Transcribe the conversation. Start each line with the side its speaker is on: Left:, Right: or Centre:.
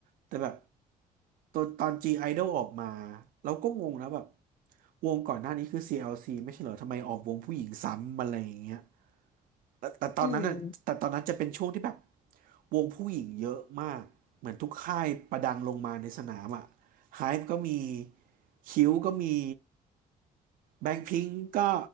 Right: แต่แบบตอนตอน G Idol ออกมาเราก็งงนะแบบวงก่อนหน้านี้คือ CLC ไม่ใช่เหรอทำไมออกวงผู้หญิงซ้ำอะไรอย่างเงี้ยแต่แต่ตอนนั้นอ่ะแต่ตอนนั้นจะเป็นช่วงที่แบบ
Left: อืม
Right: วงผู้หญิงเยอะมาก เหมือนทุกค่ายประดังลงมาในสนามอ่ะ HYBE ก็มีคิวก็มีแบงค์พิงก์ก็